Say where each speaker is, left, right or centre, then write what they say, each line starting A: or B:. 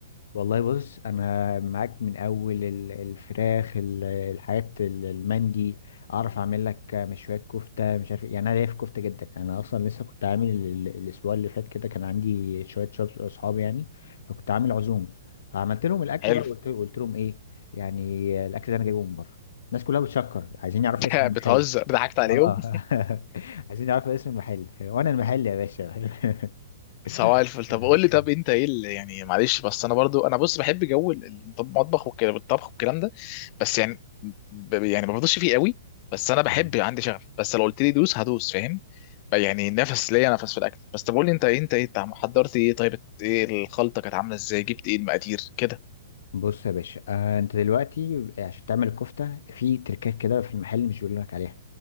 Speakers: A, on the left (about 65°); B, on the left (about 30°).
A: والله بص انا معاك من اول ال- الفراخ ال- الحاجات ال- المندي اعرف اعمل لك مشويات كفته مش عارف إيه. يعني انا ليا في كفته جدا يعني انا اصلا لسه كنت عامل ال- ال- الاسبوع اللي فات كده كان عندي شويه شباب- اصحابي يعني فكنت عامل عزومه فعملت لهم الاكل
B: حلو
A: بقى وقلت قلت لهم ايه يعني الاكل ده انا جايبه من بره الناس كلها بتشكر عايزين يعرفوا
B: <laughs>
A: اسم المحل
B: بتهزر ضحكت عليهم
A: اه <laughs> عايزين يعرفوا اسم المحل وانا المحل يا باشا <laughs>
B: سواء الفل
A: مم.
B: طب قول لي طب انت ايه اللي يعني معلش بس انا برضو انا بص بحب جو ال- المطبخ والكلام الطبخ والكلام ده بس يعني ب- يعني ما بفضلش فيه قوي بس انا بحب
A: مم.
B: عندي شغف بس لو قلت لي دوس هدوس فاهم يعني نفس ليا نفس في الاكل بس طب قول لي انت ايه انت ايه انت حضرت ايه طيب ايه الخلطه كانت عامله ازاي جبت ايه المقادير كده
A: بص يا باشا آه انت دلوقتي عشان تعمل الكفته في تركات كده في المحل مش بيقول لك عليها